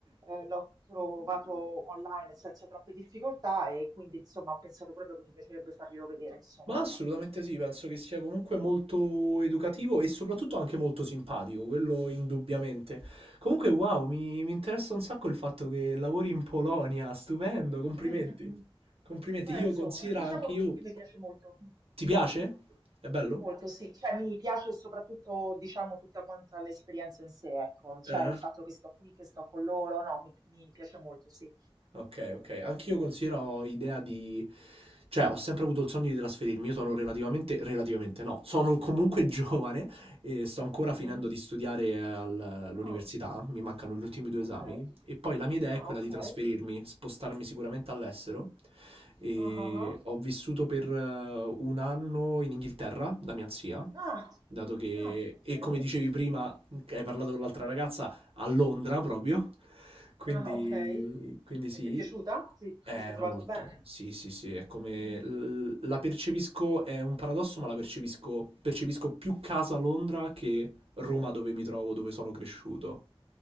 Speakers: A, on the right; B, on the right.
A: Eh, l'ho trovato online senza troppe difficoltà e quindi insomma ho pensato proprio che mi piacerebbe farglielo vedere, insomma.
B: Ma assolutamente sì, penso che sia comunque molto educativo e soprattutto anche molto simpatico, quello indubbiamente. Comunque, wow, mi, mi interessa un sacco il fatto che lavori in Polonia, stupendo, complimenti.
A: Mhm.
B: Complimenti,
A: Beh,
B: io
A: insomma,
B: considero
A: diciamo
B: anche io...
A: che mi piace molto,
B: Ti piace? È bello?
A: molto sì, cioè mi piace soprattutto, diciamo, tutta quanta l'esperienza in sé, ecco, cioè
B: Eh.
A: il fatto che sto qui, che sto con loro, no, mi, mi piace molto, sì.
B: Ok, ok. Anch'io considero idea di... Cioè, ho sempre avuto il sogno di trasferirmi. Io sono relativamente... Relativamente no. Sono comunque <laughs> giovane e sto ancora
A: Mhm.
B: finendo di studiare al- all'università.
A: Ah,
B: Mi mancano gli ultimi due
A: ok.
B: esami. E poi la mia idea
A: Ah,
B: è quella
A: ok.
B: di trasferirmi, spostarmi sicuramente all'estero. E
A: Ah, ah, ah.
B: ho vissuto per eh, un anno in Inghilterra da mia zia.
A: Ah,
B: Dato che,
A: ah, ok.
B: e come dicevi prima, che hai parlato con l'altra ragazza, a Londra proprio. Quindi,
A: Ah, ok.
B: quindi sì,
A: E ti è piaciuta? Ti,
B: è
A: ti sei trovato
B: molto.
A: bene?
B: Sì, sì, sì, è come
A: Mhm.
B: l- la percepisco, è un paradosso, ma la percepisco, percepisco più casa a Londra che Roma dove mi trovo, dove sono cresciuto.